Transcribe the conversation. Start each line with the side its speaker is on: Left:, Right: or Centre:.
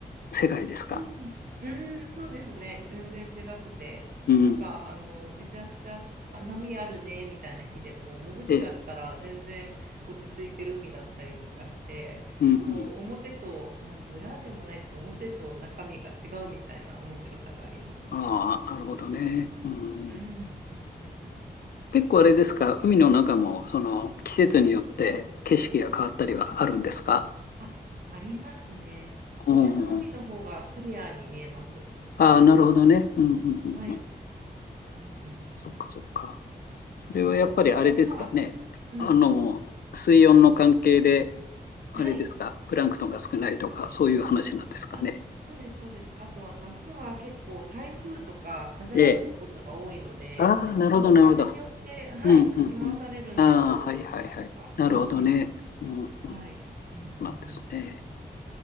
Left: 世界ですか。
Right: うん、うんそうですね。全然違くて。
Left: うん。
Right: なんか、あの、めちゃくちゃ、あ、波あるね、みたいな日でも、潜っちゃったら全然落ち着いてる海だったりとかして、
Left: ええ。うんうん。
Right: こう、表と、なん、裏でもないですけど、表と中身が違うみたいな面白さがあります。
Left: ああ、なるほどね。うん。
Right: うん、うん、うん、うん。
Left: 結構あれですか。海の中も、その、季節によって景色が変わったりはあるんですか。
Right: あ、ありますね。冬の海の方がクリアに見えます。
Left: うんうんうん。ああ、なるほどね。うんうんうんうん。
Right: はい。うん、うん。やっ
Left: そっかそっか。それはやっぱりあれですかね。
Right: ぱ夏の間は、うん、
Left: あの、水温の関係で、あれですか、
Right: はい。
Left: プランクトンが少ないとか、そういう話なんですかね。
Right: あ、そうです、そうです。あと、夏は結構台風とか風が吹くことが多いので、
Left: ええ。ああ、なるほど、
Right: その風によって、
Left: なるほど。
Right: はい、
Left: うん、
Right: かき回されるんですよ、
Left: うん、うん。ああ、はい、
Right: 海
Left: はい、はい。
Right: が。
Left: なるほどね。
Right: うんうん。
Left: うん、うん、そ
Right: はい。うんうんうん。
Left: うなんですね。